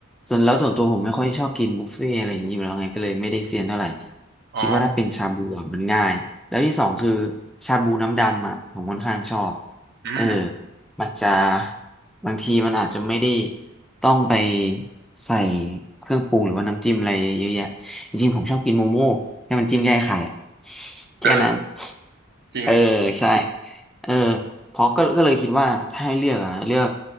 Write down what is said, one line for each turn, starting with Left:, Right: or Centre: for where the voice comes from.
Centre: ส่วนแล้วส่วนตัวผมไม่ค่อยชอบกินบุฟเฟ่อะไรอย่างนี้อยู่แล้วไงก็เลยไม่ได้เซียนเท่าไหร่
Right: อ๋อ
Centre: คิดว่าถ้าเป็นชาบูอะมันง่ายแล้วที่สองคือชาบูน้ำดำอ่ะผมค่อนข้างชอบ
Right: อืม
Centre: เออมันจะบางทีมันอาจจะไม่ได้ต้องไปใส่เครื่องปรุงหรือว่าน้ำจิ้มอะไรเยอะแยะ จริงๆผมชอบกินโมโม่ให้มันจิ้มแยกไข่อะ <laughs> แค่นั้น
Right: เออจริง
Centre: เออใช่เออเพราะก็ก็เลยคิดว่าถ้าให้เลือกอะเลือก